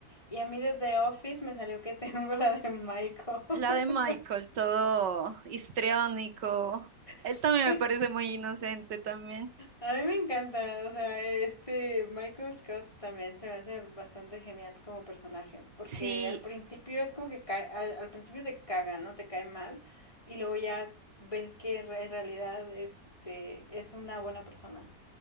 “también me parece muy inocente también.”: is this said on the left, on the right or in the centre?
Right